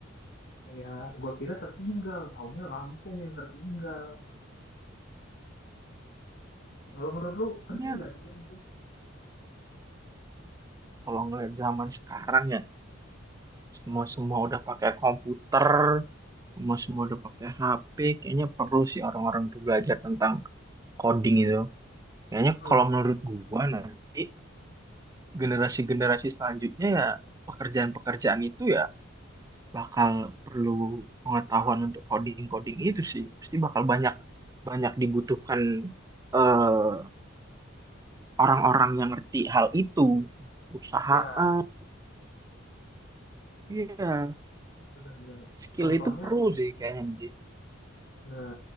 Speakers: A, on the left; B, on the right.
A: Kayak gua kira tertinggal, taunya Lampung yang tertinggal. Kalau menurut lu penting
B: Iya,
A: nggak sih dia itu?
B: kalau ngeliat zaman sekarang ya, semua-semua udah pakai komputer, semua-semua udah pakai HP, kayaknya perlu sih orang-orang tuh belajar tentang coding itu. Kayaknya
A: Hmm,
B: kalau menurut gua nanti generasi-generasi selanjutnya ya pekerjaan-pekerjaan itu ya bakal perlu pengetahuan untuk coding-coding itu sih. Pasti bakal banyak banyak dibutuhkan eh, orang-orang yang ngerti hal itu. Perusahaan,
A: iya
B: iya,
A: benar bener
B: skill
A: Contohnya
B: itu perlu sih kayaknya nanti.
A: Nah,